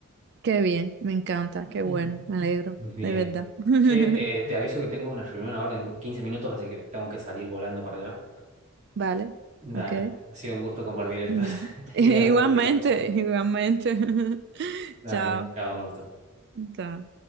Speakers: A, on the right; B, on the right.
A: Qué bien, me encanta,
B: <clears throat>
A: qué bueno, me alegro,
B: Mm. Bien.
A: de verdad. <laughs>
B: Che, eh, te aviso que tengo una reunión ahora en 15 minutos, así que tengo que salir volando para allá.
A: Vale,
B: Dale,
A: ok.
B: ha sido un gusto compartir estas,
A: <laughs>
B: <laughs> estas
A: Igualmente,
B: ideas políticas. con vos.
A: igualmente. <laughs>
B: Dale,
A: Chao.
B: chao, un gusto.
A: Chao.